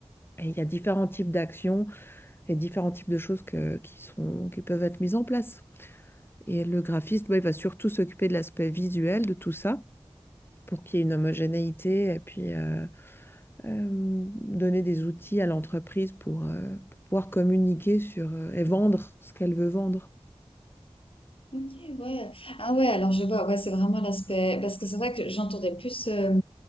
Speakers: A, on the left; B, on the left.
A: Et il y a différents types d'actions et différents types de choses que- qui sont, qui peuvent être mises en place. Et le graphiste, bah, il va surtout s'occuper de l'aspect visuel de tout ça pour qu'il y ait une homogénéité et puis euh, euh, donner des outils à l'entreprise pour, euh, pour pouvoir communiquer sur, euh, et vendre ce qu'elle veut vendre.
B: Ok, ouais. Ah ouais, alors je vois, ouais, c'est vraiment l'aspect. Parce que c'est vrai que j'entendais plus euh,